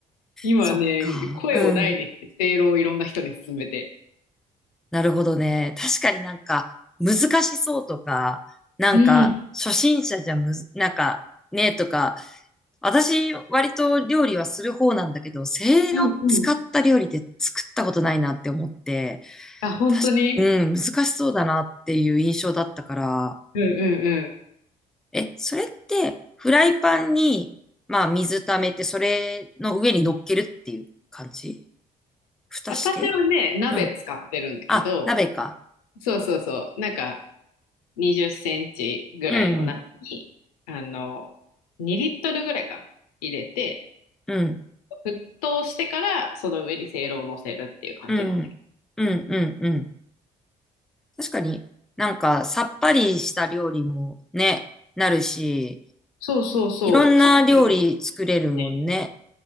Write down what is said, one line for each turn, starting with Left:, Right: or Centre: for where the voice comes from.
Left: 今ね、
Centre: そっか。
Left: 声を大にして、
Centre: うん。
Left: せいろをいろんな人に勧めて。
Centre: なるほどね。確かになんか難しそうとか、なんか初心者じゃむず、
Left: うん。
Centre: なんかねとか、私割と料理はする方なんだけど、せいろ使った料理って作ったことないなって思って、
Left: うんうん。あ、本当に
Centre: 確か、うん、難しそうだなっていう印象だったから、
Left: うんうんうん。
Centre: え、それって、フライパンに、まあ、水溜めて、それの上に乗っけるっていう感じ蓋して
Left: 私はね、鍋使ってるんだけど、
Centre: うん。あ、鍋か。
Left: そうそうそう。なんか、20センチぐらいの中に、
Centre: うん、
Left: あの、2リットルぐらいかな、入れて、
Centre: うん、
Left: 沸騰してから、その上にせいろを乗せるっていう感じなんだけど。
Centre: うん、うん、うん、うん。確かになんか、さっぱりした料理もね、なるし、
Left: そうそうそうそう、
Centre: いろんな料理作れるもんね。
Left: カロリーも高いし